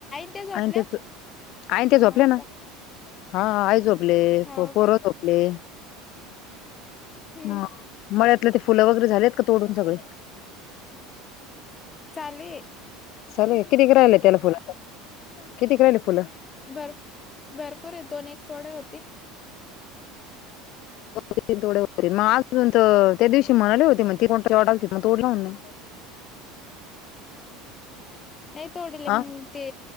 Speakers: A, on the left (about 25°); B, on the left (about 60°).
A: त्या झोपल्या?
B: आईन ते. आईन ते झोपले
A: हो
B: ना.
A: का
B: हा आई झोपले.
A: हो
B: पोर
A: का
B: झोपले.
A: हम्म
B: ह मळ्यातलं ते फुलं वगैरे झालेत का तोडून सगळे?
A: चालू ये.
B: चालू आहे. किती क राहिल आत त्याला फुल किती क राहिल फुलं?
A: भरपू भरपूर दोन, एक थोडे होतील.
B: दो तीन थोडे होते. मग अजून तर त्या दिवशी म्हणाले होते मग ती कोण तर तोडालतीत मग कोण तोडल का नाही?
A: नाही तोडील
B: हा
A: मग ते